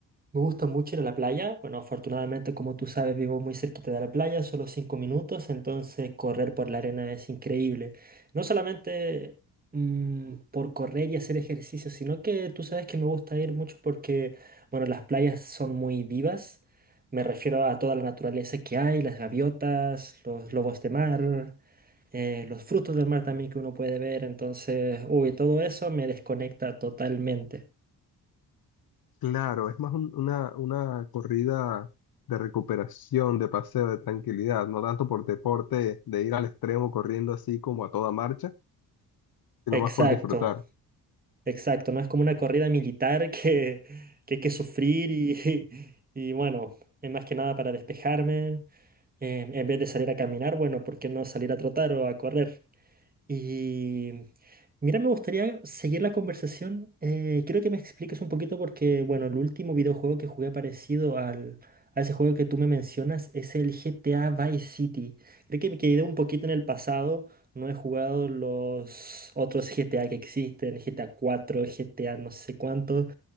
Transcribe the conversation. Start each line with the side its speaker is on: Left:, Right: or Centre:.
Right: Me gusta mucho ir a la playa. Bueno, afortunadamente, como tú sabes, vivo muy cerquita de la playa, solo cinco minutos, entonces correr por la arena es increíble. No solamente mm, por correr y hacer ejercicio, sino que tú sabes que me gusta ir mucho porque, bueno, las playas son muy vivas. Me refiero a toda la naturaleza que hay, las gaviotas, los lobos de mar, eh, los frutos del mar también que uno puede ver. Entonces, uy, todo eso me desconecta totalmente.
Left: Claro, es más un- una, una corrida de recuperación, de paseo, de tranquilidad, no tanto por deporte, de ir al extremo corriendo así como a toda marcha, sino
Right: Exacto.
Left: más por disfrutar.
Right: Exacto, no es como una corrida militar que, que hay que sufrir y, <laughs> y bueno, es más que nada para despejarme. Em, en vez de salir a caminar, bueno, ¿por qué no salir a trotar o a correr? Y mira, me gustaría seguir la conversación. Eh, quiero que me expliques un poquito porque, bueno, el último videojuego que jugué parecido al, a ese juego que tú me mencionas es el GTA Vice City. Creo que me quedé un poquito en el pasado. No he jugado los otros GTA que existen, GTA 4, GTA no sé cuánto.